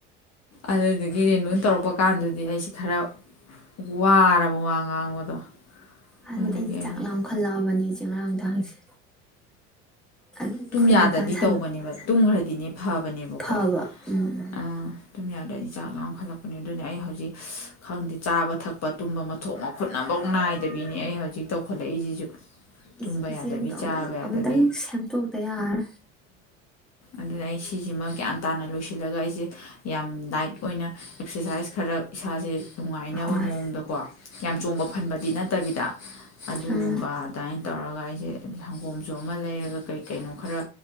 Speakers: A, on the left; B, in the centre.
A: ꯑꯗꯨꯗꯒꯤ ꯔꯦꯅꯨꯅ ꯇꯧꯔꯛꯄ ꯀꯥꯟꯗꯗꯤ ꯑꯩꯁꯤ ꯈꯔ ꯋꯥꯔꯕ ꯋꯥ ꯉꯥꯡꯕꯗꯣ
B: ꯑꯗꯨ
A: ꯑꯗꯨꯒꯤ
B: ꯑꯩꯗꯤ ꯆꯥꯛ
A: ꯑꯩꯅ
B: ꯂꯥꯝꯈꯜꯂꯛꯑꯕꯅꯤ ꯉꯥꯔꯥꯡ ꯅꯨꯡꯗꯥꯡꯁꯦ ꯑꯩꯈꯣꯏ
A: ꯇꯨꯝ ꯌꯥꯗꯗꯤ
B: ꯏꯅꯧꯄꯋꯥ ꯁꯥꯟꯅ
A: ꯇꯧꯕꯅꯦꯕ ꯇꯨꯝꯈ꯭ꯔꯗꯤꯅꯦ ꯐꯕꯅꯦꯕꯀꯣ
B: ꯐꯕ ꯎꯝ ꯎ
A: ꯑꯥ ꯑꯗꯨꯝ ꯌꯥꯗ꯭ꯔ ꯑꯩꯗꯤ ꯆꯥꯛ ꯂꯥꯈꯠꯂꯛꯄꯅꯦ ꯑꯗꯨꯅ ꯑꯩ ꯍꯧꯖꯤꯛ ꯈꯪꯗꯦ ꯆꯥꯕ ꯊꯛꯄ ꯇꯨꯝꯕ ꯃꯊꯣꯛ ꯃꯈꯨꯠ ꯑꯃꯐꯥꯎ ꯅꯥꯏꯗꯕꯤꯅꯤ ꯑꯩ ꯍꯧꯖꯤꯛ ꯇꯧꯈꯠꯂꯛꯏꯁꯤꯁꯨ ꯇꯨꯝꯕ
B: ꯏꯆꯦꯁꯤꯗ
A: ꯌꯥꯗꯕꯤ ꯆꯥꯕ
B: ꯑꯝꯇꯪ
A: ꯌꯥꯗꯕꯤ
B: ꯑꯃꯨꯛꯇꯪ ꯁꯦꯝꯗꯣꯛꯇ ꯌꯥꯔꯥꯔꯣꯢ
A: ꯑꯗꯨ ꯂꯩꯥꯏ ꯁꯤꯁꯤꯃ ꯒ꯭ꯌꯥꯟ ꯇꯥꯅ ꯂꯣꯏꯁꯤꯜꯂꯒ ꯑꯩꯁꯦ ꯌꯥꯝ ꯗꯥꯏꯠ ꯑꯣꯏꯅ ꯑꯦꯛꯁꯔꯁꯥꯏꯁ ꯈꯔ ꯏꯁꯥꯁꯦ ꯅꯨꯡꯉꯥꯏꯅꯕ
B: ꯍꯣꯏ
A: ꯃꯑꯣꯡꯗꯀꯣ ꯌꯥꯝ ꯆꯣꯡꯕ ꯐꯟꯕꯗꯤ ꯅꯠꯇꯕꯤꯗ ꯑꯗꯨꯒꯨꯝꯕ
B: ꯎꯝ
A: ꯇꯧꯔꯒ ꯑꯩꯁꯦ ꯁꯪꯒꯣꯝꯁꯨ ꯑꯃ ꯂꯩꯔꯒ ꯀꯩ ꯀꯩꯅꯣ ꯈꯔ